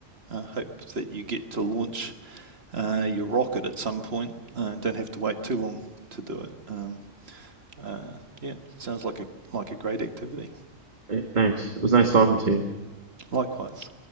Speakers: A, on the right; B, on the right.
A: uh, hope that you get to launch uh, your rocket at some point. and don't have to wait too long to do it. Um, uh, yeah, it sounds like a like a great activity.
B: Eh, Thanks. It was nice talking to you.
A: Likewise.